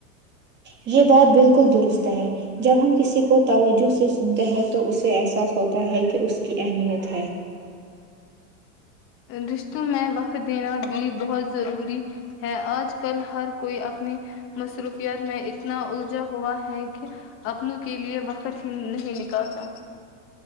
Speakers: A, on the right (about 25°); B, on the left (about 30°).
A: یہ بات بالکل درست ہے جب ہم کسی کو باوجود سے سنتے ہیں تو اسے احساس ہوتا ہے کہ اس کی اہمیت ہے
B: رشتو میں وہ وقت دینا بھی بہت ضروری ہے آج کل ہر کوئی اپنی مصروفیات میں اتنا الجھا ہوا ہے کہ اپنوں کے لیے وقت ہی نہیں نکالتا